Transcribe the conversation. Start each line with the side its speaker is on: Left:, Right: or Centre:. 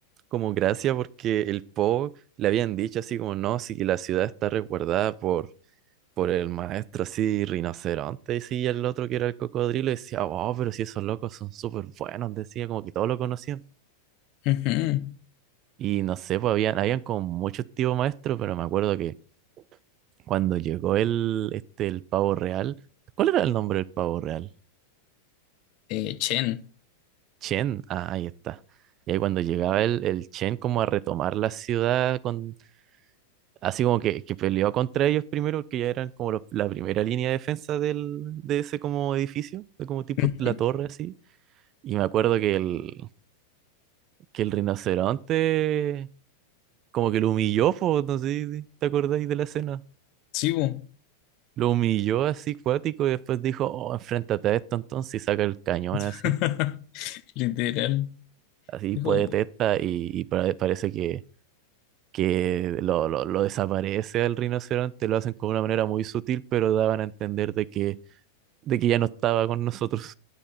Right: como gracia porque el Po le habían dicho así como, no, sí que la ciudad está resguardada por, por el maestro así, rinoceronte, y sí, y el otro que era el cocodrilo decía, oh, pero si esos locos son súper buenos, decía, como que todos lo conocían.
Left: Ujú.
Right: Y no sé, pues habían, habían como muchos tipos maestros, pero me acuerdo que Cuando llegó el, este, el pavo real, ¿cuál era el nombre del pavo real?
Left: Eh, Chen.
Right: Chen, ah, ahí está. Y ahí cuando llegaba el, el Chen como a retomar la ciudad, con, así como que, que peleó contra ellos primero, porque ya eran como los- la primera línea de defensa del, de ese como edificio, de como tipo
Left: Ujú.
Right: la torre así. Y me acuerdo que el, que el rinoceronte como que lo humilló, po, no sé si te acordáis de la escena.
Left: Sí, po.
Right: Lo humilló así cuático y después dijo, oh, enfréntate a esto entonces y saca el cañón
Left: <laughs>
Right: así.
Left: Literal,
Right: así
Left: dijo,
Right: puede testa y, y pare- parece que, que lo, lo, lo desaparece al rinoceronte, lo hacen con una manera muy sutil, pero daban a entender de que, de que ya no estaba con nosotros.